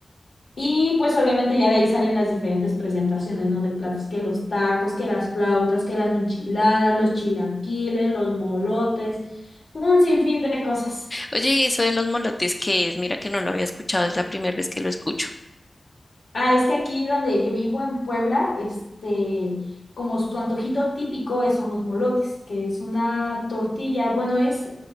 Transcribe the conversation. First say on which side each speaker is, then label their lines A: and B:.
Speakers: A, on the left; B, on the left.
A: Y pues obviamente ya de ahí salen las diferentes presentaciones, ¿no? De platos, que los tacos, que las flautas, que las enchiladas, los chilaquiles, los molotes, un sinfín de cosas.
B: Oye, ¿y eso de los molotes qué es? Mira que no lo había escuchado, es la primera vez que lo escucho.
A: Ah, es que aquí donde yo vivo en Puebla, este, como su antojito típico es- son los molotes, que es una tortilla, bueno, es